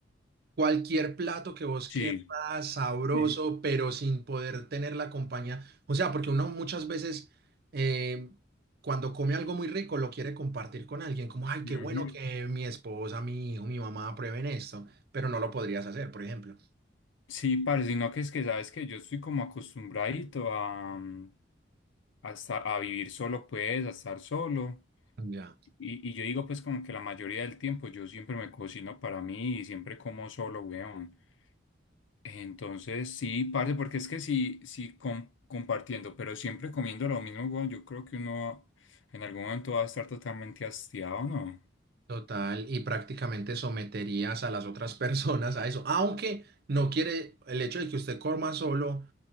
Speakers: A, on the right; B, on the left.
A: Cualquier plato que vos
B: Sí.
A: quieras, sabroso,
B: Mm,
A: pero sin poder tener la compañía. O sea, porque uno muchas veces, eh, cuando come algo muy rico, lo quiere compartir con alguien, como, ay, qué
B: Ujú.
A: bueno que mi esposa, mi hijo, mi mamá prueben esto, pero no lo podrías hacer, por ejemplo.
B: Sí, parce, sino que es que sabes que yo estoy como acostumbradito a, mm, a, esta- a vivir solo, pues, a estar solo.
A: Ya,
B: Y, y yo digo, pues, como que la mayoría del tiempo yo siempre me cocino para mí y siempre como solo, weón. Entonces, sí, parce, porque es que sí, sí, com- compartiendo, pero siempre comiendo lo mismo, weón, yo creo que uno en algún momento va a estar totalmente hastiado, ¿no?
A: total, y prácticamente someterías a las otras <laughs> personas a eso, aunque no quiere el hecho de que usted coma solo